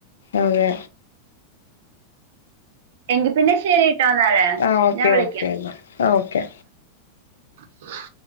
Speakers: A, on the left; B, on the right.
A: അതെ
B: എങ്കി പിന്നെ ശരി <unintelligible>
A: ആ ഓക്കെ
B: ഞാൻ വിളിക്കാം
A: ഓക്കേല്ലാ ആ ഓക്കെ
B: ഉ